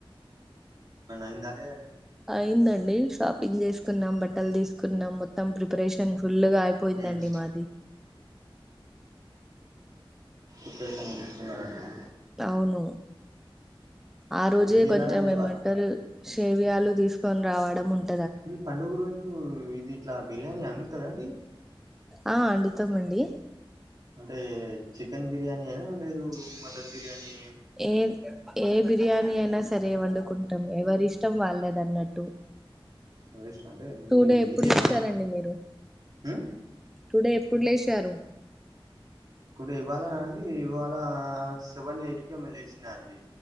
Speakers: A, on the right; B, in the centre.
A: అయిందా లేదండి
B: అయిందండి షాపింగ్ చేసుకు తీకున్నాం బట్టలు తీసుకున్నాం మొత్తం ప్రిపరేషన్ ఫుల్లుగా అయిపోయిందండి
A: మ్మ్
B: మాది
A: ఇకషం విసుస్తున్నారు అ
B: అవును ఆ రోజే
A: ఏం తిన్నారండి
B: కొంచెం
A: ఇవాళ
B: ఏమంటర్ సేవయాలు తీ తీసుకొని రావడం ఉంట
A: మీ పండుగ రోజు ఇది ఇట్లా బిర్యానీ వండుతారా అండి
B: ఆ అండుతామండి
A: అంటే చికెన్ బిర్యానీ అనా లేదు మటన్ దమ్ముబిర్యానీ
B: ఏ ఏ బిర్యానీ అయినా సరే వండుకుంటాం ఎవరి ఇష్టం వాళ్ళద అన్నట్టు
A: ఎరి ఇష్ట అంటే మీ
B: టుడే
A: మీది
B: ఎప్పుడు లేసారండి
A: ఏమన్
B: మీరు
A: ఉమ్
B: టుడే ఎప్పుడు లేచారు
A: టుడే ఇవాళనాండి ఇవాళ సెవెన్ ఎయిట్ కి ఏమో లేసిన అండి